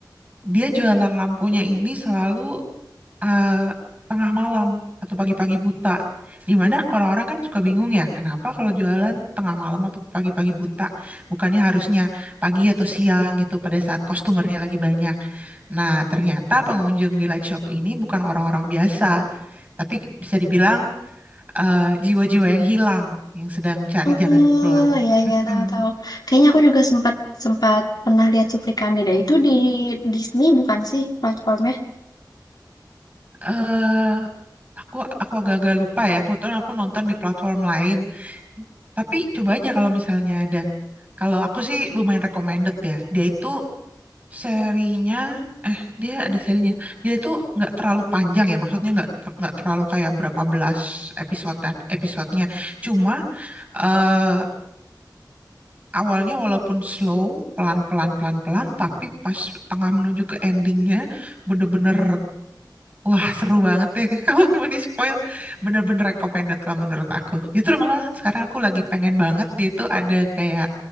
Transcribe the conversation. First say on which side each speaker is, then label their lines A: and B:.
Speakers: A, on the right (about 20°); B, on the left (about 60°).
A: dia jualan lampunya ini selalu eh, tengah malam atau pagi-pagi buta. Dimana orang-orang kan suka bingung ya, kenapa kalau jualan tengah malam atau pagi-pagi buta, bukannya harusnya pagi atau siang gitu pada saat customernya lagi banyak. Nah, ternyata pengunjung di light shop ini bukan orang-orang biasa, tapi bisa dibilang eh, jiwa-jiwa yang hilang, yang sedang mencari
B: Oh,
A: jalan pulang.
B: ya
A: Mm-mm.
B: ya tahu-tahu. Kayaknya aku juga sempat sempat pernah lihat cuplikannya deh. Itu di Disney bukan sih platformnya?
A: Eh, aku aku agak-agak lupa ya, kebetulan aku nonton di platform lain. Tapi coba aja kalau misalnya ada. Kalau aku sih lumayan recommended ya. Dia itu serinya, eh dia ada serinya. Dia itu nggak terlalu panjang ya, maksudnya nggak ter- nggak terlalu kayak berapa belas episode episodenya. Cuma eh Awalnya walaupun slow, pelan-pelan, pelan-pelan, tapi pas tengah menuju ke endingnya, bener-bener, wah seru banget ya. <laughs> Kalau mau di-spoil, bener-bener recommended kalau menurut aku. Justru malah sekarang aku lagi pengen banget dia itu ada kayak,